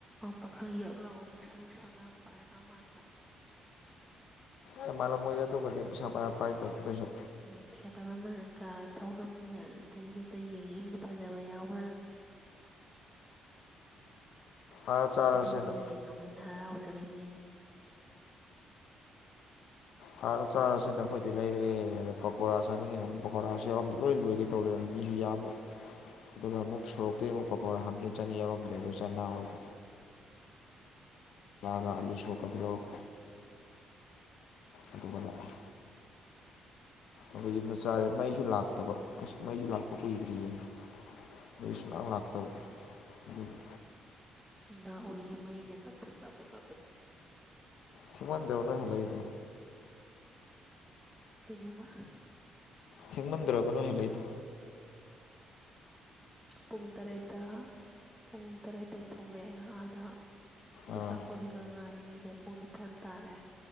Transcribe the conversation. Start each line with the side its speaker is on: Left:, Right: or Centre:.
Centre: ꯄꯥꯈꯪ ꯌꯛ ꯂꯎꯕ ꯄꯩꯁꯥ ꯅꯨꯡꯁꯥꯒ ꯌꯥꯝ ꯄꯥꯏꯕ ꯃꯥꯟꯕ꯫
Left: ꯀ ꯃꯥꯜꯂꯝ ꯃꯣꯏꯗ ꯑꯗꯨꯒꯗꯤ ꯄꯩꯁꯥ ꯄꯥꯏꯕꯥ ꯄꯥꯏꯇꯕꯥ ꯀꯩꯁꯨ
Centre: ꯎꯝ ꯄꯩꯁꯥ ꯄꯥꯏꯕ ꯑꯃꯅ ꯀꯥꯔ ꯊꯧꯔꯝꯅꯤꯅ ꯑꯗꯩꯗꯨ ꯀꯩ ꯌꯦꯡꯉꯛꯏꯃꯜꯅꯤ ꯐꯖꯕ ꯌꯥꯎꯕ꯭ꯔꯥ
Left: ꯑꯥꯗ ꯆꯥꯔꯁꯦꯅ
Centre: ꯅꯨꯄꯤꯅꯒ ꯌꯦꯡꯉꯥꯑꯃꯤꯅ ꯍꯔꯥꯎꯖꯔꯤꯃꯤ
Left: ꯈꯥꯔ ꯆꯥꯔꯁꯤ ꯅꯈꯣꯏꯗꯤ ꯂꯩꯔꯦ ꯑꯗꯥ ꯄꯀꯣꯔꯥ ꯆꯥꯅꯤꯡꯉꯤꯅ ꯄꯀꯣꯔꯥꯁꯨ ꯌꯥꯎꯔꯝꯗ ꯂꯣꯏ ꯂꯣꯏꯒꯔꯦ ꯇꯧ ꯂꯩꯔꯝ ꯃꯤꯁꯨ ꯌꯥꯝꯕ ꯑꯗꯨꯒ ꯑꯃꯨꯛ ꯁꯣꯔꯣꯛꯇꯩ ꯑꯃꯨꯛ ꯄꯀꯧꯔ ꯍꯪꯒꯦ ꯆꯪꯉꯦ ꯌꯥꯎꯔꯝꯗꯦ ꯑꯗꯨ ꯆꯅꯥ ꯑꯣꯏꯗꯣ ꯌꯥꯒꯥ ꯑꯂꯨꯁꯣꯛꯀꯥꯗꯤ ꯌꯥꯎꯔꯛ ꯑꯗꯨꯒ ꯂꯥꯛꯑꯦ ꯑꯗꯩꯩ ꯌꯨꯝꯗꯥ ꯆꯥꯔꯦ ꯃꯩꯁꯨ ꯂꯥꯛꯇꯕ ꯑꯁ ꯃꯩꯁꯨ ꯂꯥꯛꯄ ꯀꯨꯏꯗ꯭ꯔꯤꯌꯦ ꯃꯩ ꯁꯨꯡꯂꯥꯛꯂꯥꯛꯇꯥꯕꯥ ꯑꯗꯨꯒꯤ
Centre: ꯂꯥꯛꯑꯣꯏꯌꯦ ꯃꯩꯅꯦꯅ ꯐꯨꯠ ꯄꯥ ꯐꯨꯠ ꯄꯥ ꯐꯨꯠ
Left: ꯊꯦꯡꯃꯟꯗꯔꯣ ꯅꯣꯏ ꯍꯜꯂꯏꯗꯣ
Centre: ꯀꯩꯅꯣꯝꯃꯥ ꯍꯪ
Left: ꯊꯦꯡꯃꯟꯗ꯭ꯔꯕ ꯅꯣꯢ ꯍꯂꯛꯏꯗꯣ
Centre: ꯄꯨꯡ ꯇꯔꯦꯠꯇ ꯄꯨꯡ ꯇꯔꯦꯠꯇꯩ ꯊꯣꯛꯂꯛꯑꯦ ꯑꯥꯗ ꯗꯣ
Left: ꯑꯥ
Centre: ꯆꯥꯛꯄ ꯒꯩꯀꯥ ꯉꯥꯢꯔꯤꯉꯩꯗ ꯄꯨꯡ ꯅꯤꯄꯥꯟ ꯇꯥꯔꯦ